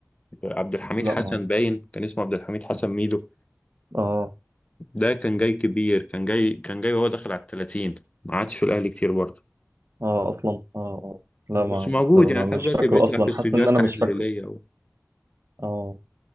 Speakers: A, on the left; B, on the right.
A: عبد الحميد
B: لا
A: حسن
B: ما
A: باين كان اسمه عبد الحميد حسن ميدو
B: اه
A: ده كان جاي كبير كان جاي كان جاي وهو داخل على ال 30 ما عادش في الاهلي كتير برضه
B: اه اصلا اه اه لا
A: بس
B: ما
A: موجود
B: ما حضر ما
A: يعني لحد
B: مش
A: دلوقتي
B: فاكره
A: بيطلع
B: اصلا
A: في استديوهات
B: حاسس ان انا
A: تحليليه
B: مش فاكره
A: و...
B: اه